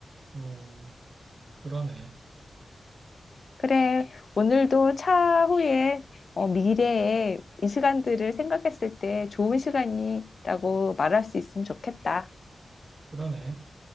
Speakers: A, on the right; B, on the left.
A: 음, 그러네.
B: 그래. 오늘도 차후에, 어, 미래에 이 시간들을 생각했을 때 좋은 시간이라고 말할 수 있으면 좋겠다.
A: 그러네.